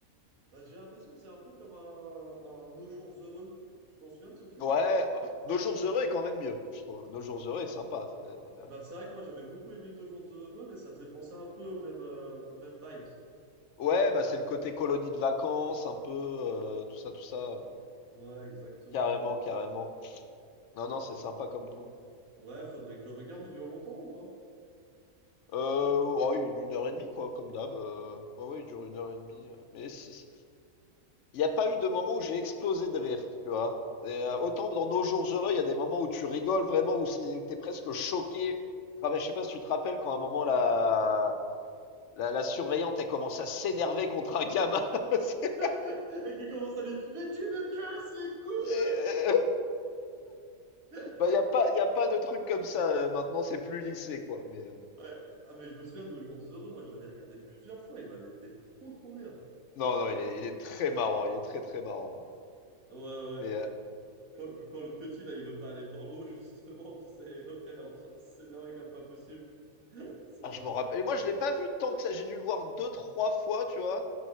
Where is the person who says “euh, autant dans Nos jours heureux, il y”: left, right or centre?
Left